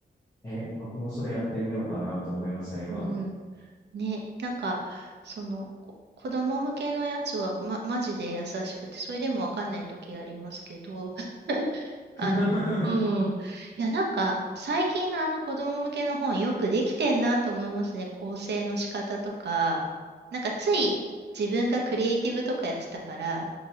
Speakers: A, on the left; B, on the right.
A: え、僕もそれやってみようかなと思いました、今。
B: うん。ね、なんか、その、こ子供向けのやつは、ま、マジで優しくて、それでもわかんない時ありますけど、<laughs>
A: <laughs>
B: あの、うん。いや、なんか、最近のあの子供向けの本、よくできてんなと思いますね。構成の仕方とか。なんか、つい自分がクリエイティブとかやってたから、